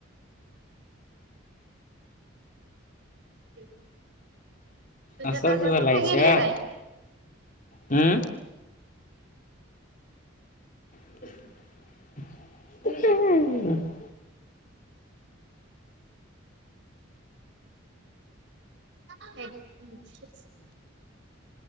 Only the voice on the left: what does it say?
असंच
बोलायचं
हम्म. <unintelligible>